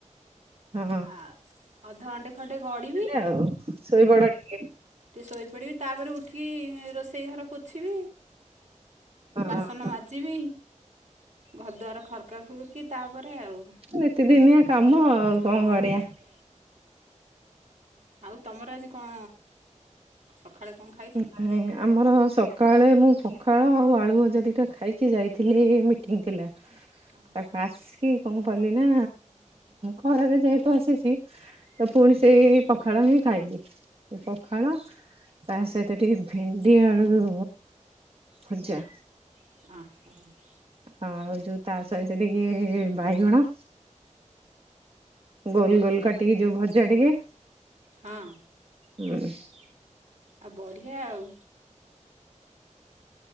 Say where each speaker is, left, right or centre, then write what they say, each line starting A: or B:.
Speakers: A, on the right (about 50°); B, on the right (about 70°).
A: ହଁ
B: ଆଉ ଅଧଘଣ୍ଟେ ଖଣ୍ଡେ ଗଡିବି।
A: ହଉ ଶୋଇପଡ ଟିକେ।
B: ଟିକେ ଶୋଇପଡ଼ିବି ତାପରେ ଉଠିକି ରୋଷ ସେଇ ଘର ପୋଛିବି
A: ହଁ
B: ବାସନ
A: ହଁ
B: ମାଜିବି। ଘରଦୁଆର ଖର କାଫୁକୁ କି ତାପରେଆଉ,
A: ନିତିଦିନିଆ କାମ ଆଉ
B: ହଁ
A: କଣ
B: <inaudible>
A: କରିବା
B: ଆଉ ତମର ଆଜି କଣ? ସକାଳେ କଣ ଖାଇଥିଲ?
A: ହଁ <inaudible> ଆମର ସକାଳେ ମୁଁ ପଖାଳ ଆଉ ଆଳୁ ଭଜା ଦିଟା ଖାଇକି ଯାଇଥିଲି ମିଟିଙ୍ଗ ଥିଲା। ତାକୁ
B: ଓହୋ
A: ଆସିି କଣ କଲି ନା ଖରାରେ ଯାଇ ପହଂଚିଛି। ତ ପୁଣି ସେଇ ପଖାଳ ହିଁ ଖାଇଲି। ପଖାଳ ତା ସହିତ ଟିକେ ଭେଣ୍ଡି ଆଳୁ ଭଜା।
B: ହଁ
A: ଆଉ ଯୋଉ ତା ସହିତ ଟିକେ ବାଇଗଣ ଗୋଲ ଗୋଲ କାଟିକି ଯୋଉ ଭଜା ଟିକେ।
B: ହଁ।
A: ହୁଁ <inaudible>
B: ଆଉ ବଢିଆ ଆଉ।